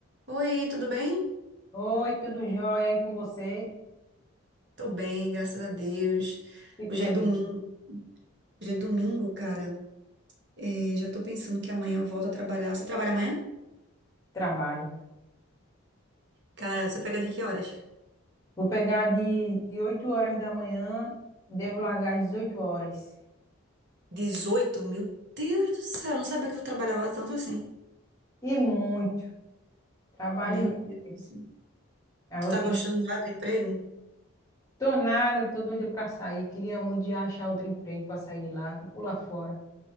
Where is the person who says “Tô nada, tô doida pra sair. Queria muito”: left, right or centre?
Left